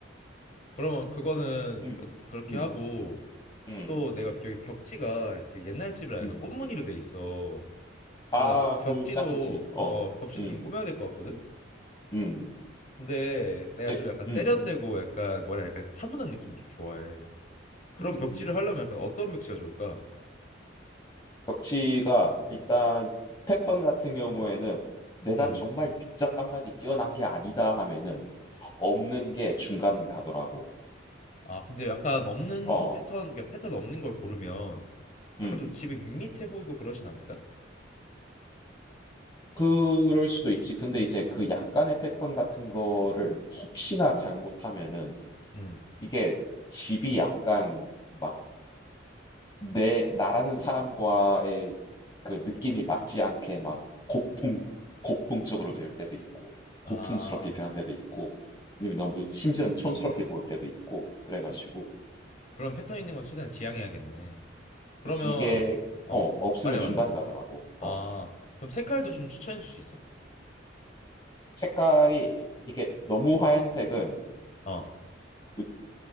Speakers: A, on the left; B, on the left.
A: 그러면 그거는
B: 음,
A: 그- 그렇게
B: 음,
A: 하고
B: 음,
A: 또 내가 여기 벽지가 이렇게 옛날 집이라
B: 음.
A: 약간 꽃무늬로 돼 있어. 그래서
B: 아,
A: 나 벽지도
B: 그 짜치지. 어,
A: 어 벽지도
B: 음,
A: 좀 꾸며야 될 것 같거든?
B: 음.
A: 근데 내가
B: 네.
A: 좀 약간 세련되고
B: 음.
A: 약간 뭐라 해야 약간 차분한
B: 음.
A: 느낌을 좀 좋아해. 그런
B: 음.
A: 벽지를 하려면 약간 어떤 벽지가 좋을까?
B: 벽지가 일단 패턴 같은 경우에는 내가
A: 음.
B: 정말 미적 감각이 뛰어난 게 아니다 하면은 없는 게 중간은 가더라고.
A: 아, 근데 약간 없는
B: 어.
A: 패턴, 그러니까 패턴 없는 걸 고르면
B: 음.
A: 약간 좀 집이 밋밋해 보이고 그러진 않을까?
B: 그럴 수도 있지. 근데 이제 그 약간의 패턴 같은 거를 혹시나 잘못하면은
A: 음.
B: 이게 집이 약간 막 내 나라는 사람과의 그 느낌이 맞지 않게 막 고풍 고풍적으로 될 때도 있고 고풍스럽게
A: 아,
B: 변할 때도 있고 아니면 너무 심지어는 촌스럽게 보일 때도 있고 그래가지고
A: 그럼 패턴 있는 건 최대한 지양해야겠네. 그러면
B: 그치 이게
A: 어,
B: 어 없으면
A: 말해 말해.
B: 중간 가더라고
A: 아,
B: 어
A: 그럼 색깔도
B: 음.
A: 좀 추천해 줄 수 있어?
B: 색깔이 이게 너무 하얀색은
A: 어.
B: 그